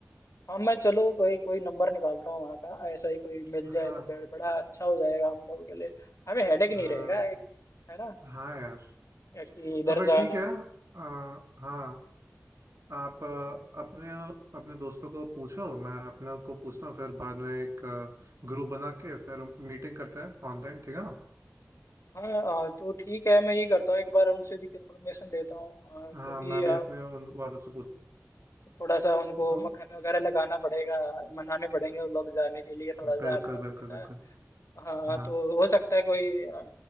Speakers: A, on the left; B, on the right.
A: हाँ मैं चलो कोई कोई नंबर निकालता हूँ वहाँ का ऐसा ही कोई मिल
B: हाँ
A: जाए तो बड़- बड़ा अच्छा हो जाएगा हम लोगों के लिए हमें हेडेक
B: हाँ
A: नहीं रहेगा एक है ना
B: हाँ यार
A: कि इधर
B: तो फिर
A: जाना
B: ठीक है
A: है
B: आ, हाँ आप अ, अपने अपने दोस्तों को पूछो मैं अपने को पूछता हूँ फिर बाद में एक ग्रुप बना के फिर मीटिंग करते हैं ऑनलाइन ठीक है ना
A: हाँ हाँ, तो ठीक है मैं ये करता हूँ एक बार उनसे भी कंफर्मेशन लेता हूँ हाँ, क्योंकि
B: हाँ मैं भी अपने उन वालों से पूछ-
A: थोड़ा सा उनको
B: पूछता हूँ
A: मक्खन वगैरह लगाना पड़ेगा मनाने पड़ेंगे वो लोग जाने के लिए थोड़ा सा
B: बिल्कुल
A: हल्का फुल्का
B: बिल्कुल बिल्कुल
A: हाँ
B: हाँ
A: तो हो सकता है कोई अ,